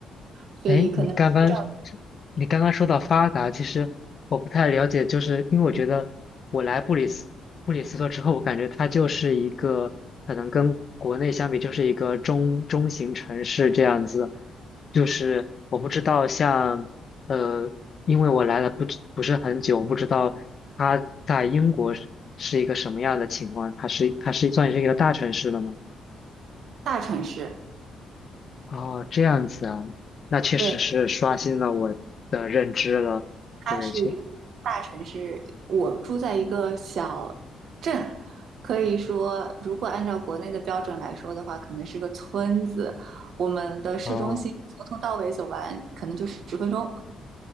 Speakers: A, on the right; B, on the left.
A: 所以可能水涨
B: 哎，你刚刚你刚刚说到发达，其实我不太了解，就是因为我觉得我来布里斯布里斯托之后，我感觉它就是一个可能跟国内相比，就是一个中中型城市这样子。就是我不知道像呃，因为我来了不知不是很久，我不知道它在英国是是一个什么样的情况，它是它是算是一个大城市了吗？
A: 大城市。
B: 哦，这样子啊，那确实是刷新了我的认知了。
A: 对。它是一个大城市，
B: 对，确，
A: 我住在一个小镇，可以说，如果按照国内的标准来说的话，可能是个村子。我们的市中心从头到尾走完，
B: 哦，
A: 可能就是十分钟。